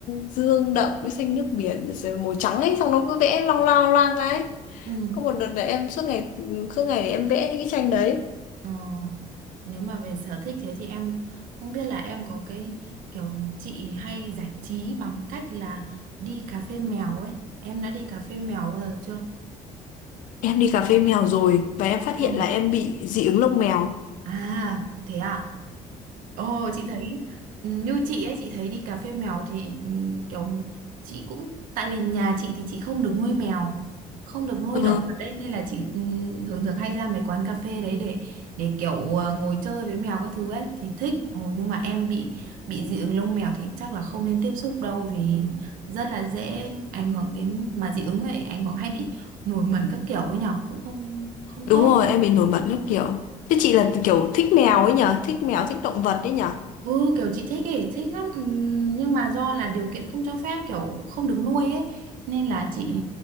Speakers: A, on the left (about 70°); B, on the right (about 80°).
A: dương đậm với xanh nước biển rồi màu trắng ấy xong nó cứ vẽ long loang loang ra ấy
B: ừ.
A: có một đợt là em suốt ngày suốt ngày em vẽ những cái tranh đấy
B: Ờ, nếu mà về sở thích thế thì em không biết là em có cái kiểu chị hay giải trí bằng cách là đi cà phê mèo ấy em đã đi cà phê mèo bao giờ chưa
A: em đi cà phê mèo rồi và em phát hiện
B: Ừ.
A: là em bị dị ứng lông mèo
B: À, thế à? Ồ, chị thấy ừ, như chị ấy, chị thấy đi cà phê mèo thì ừ, kiểu chị cũng tại vì nhà chị thì chị không được nuôi mèo, không được nuôi
A: ừ
B: động vật đấy nên là chị ừ, thường thường hay ra mấy quán cà phê đấy để để kiểu ờ, ngồi chơi với mèo các thứ ấy thì thích. Ồ, nhưng mà em bị bị dị ứng lông mèo thì chắc là không nên tiếp xúc đâu vì rất là dễ ảnh hưởng đến mà dị ứng ấy ảnh hưởng hay bị nổi mẩn các kiểu ấy nhở, cũng không không
A: đúng
B: tốt.
A: rồi em bị nổi mẩn các kiểu thế chị là kiểu thích mèo ấy nhở thích mèo thích động vật ấy nhở
B: Ừ kiểu chị thích ấy, thích lắm Ừm, Nhưng mà do là điều kiện không cho phép kiểu không được nuôi ấy Nên là chị